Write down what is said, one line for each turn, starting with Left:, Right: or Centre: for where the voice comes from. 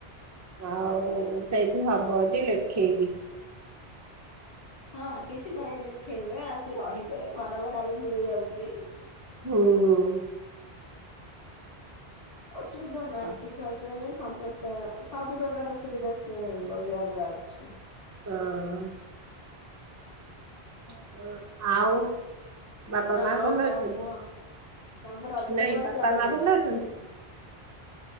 Right: ଆଉ ସେଇଠି ହବ ଦି ଲେଖେଇବି।
Left: ହଁ କି---ନାହିଁ ଲେଖେଇବେ, ଆସି ରହିବେ, ଘର ଭଡ଼ା ବି ମିଳି ଯାଉଚି।
Right: <inaudible>
Left: ଅସୁବିଧା ନାହିଁ
Right: ହଁ।
Left: କିଛି। ସମସ୍ତ ସବୁ ପ୍ରକାର ସୁବିଧା ସେ ବଜାର୍ ରେ ଅଛି।
Right: <inaudible> <inaudible> ବାପା-ମା
Left: ଆଉ
Right: ଭଲ
Left: କଣ
Right: ଅଛନ୍ତି,
Left: କୁହ ତମେ ତ ରଜରେ
Right: ନାଇଁ
Left: କୁଆଡେ
Right: ବାପା-ମା
Left: ଯାଇନୁ
Right: ଭଲ ଅଛନ୍ତି?